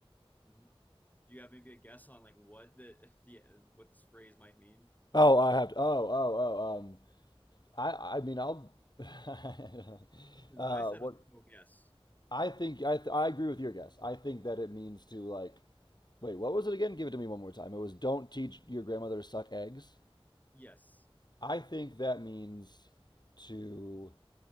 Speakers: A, on the left (about 15°); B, on the left (about 45°).
A: do you have maybe a guess on like what the <laughs> the what this phrase might mean?
B: Oh, I have to. Oh, oh, oh. Um, I I mean I'll <laughs>
A: Because
B: uh,
A: what I said
B: what
A: was no guess.
B: I think I th- I agree with your guess. I think that it means to like wait, what was it again? Give it to me one more time. It was don't teach your grandmother to suck eggs.
A: Yes.
B: I think that means to